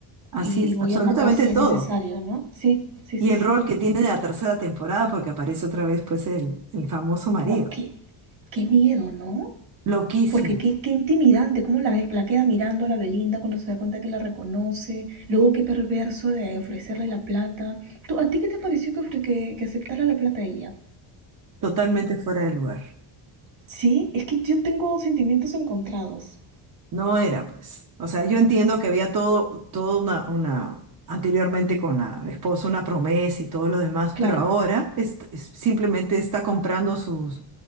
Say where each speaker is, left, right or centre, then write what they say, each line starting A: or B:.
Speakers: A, on the right; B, on the right.
A: Así
B: y,
A: es,
B: y voy
A: absolutamente
B: a matar si
A: todo.
B: es necesario, ¿no? Sí, sí,
A: Y
B: sí,
A: el
B: sí.
A: rol que tiene en la tercera temporada, porque aparece otra vez pues el, el famoso marido.
B: Buah, qué, qué miedo, ¿no?
A: Loquísimo,
B: Porque qué, qué intimidante, cómo la, la queda mirando a la Belinda cuando se da cuenta que la reconoce. Luego qué perverso de ofrecerle la plata. ¿Tú, ¿A ti qué te pareció que, ofre- que, que aceptara la plata ella?
A: totalmente fuera de lugar.
B: Sí, es que yo tengo sentimientos encontrados.
A: No era, pues. O sea, yo entiendo que había todo, todo una, una, anteriormente con la esposa una promesa y todo lo demás, pero
B: Claro,
A: ahora es, es- simplemente está comprando sus,